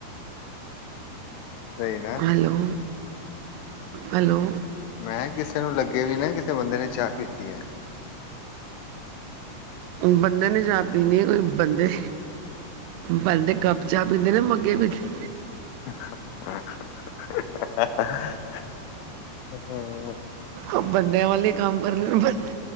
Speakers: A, on the left; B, on the right.
A: ਸਈ ਨਾ,
B: ਲੋ ਹੈਲੋ।
A: ਮੈਂ ਕੀਸੇ ਨੂੰ ਲੱਗੇ ਵੀ ਨਾ ਕੀਸੇ ਬੰਦੇ ਨੇ ਚਾਅ ਪੀਤੀ ਆ।
B: ਬੰਦੇ ਨੇ ਚਾ ਪੀਣੀ ਕੋ ਬੰਦੇ ਪੈਂਦੇ ਕੱਪ ਚਾ ਪੀਂਦੇ ਨੇ ਮੱਗੇ ਪੀਂਦੇ
A: <inaudible> ਆਹਾਂ।
B: ਓ ਬੰਦੇਆਂ ਵਾਲੇ ਕੰਮ ਕਰਨ ਬੰ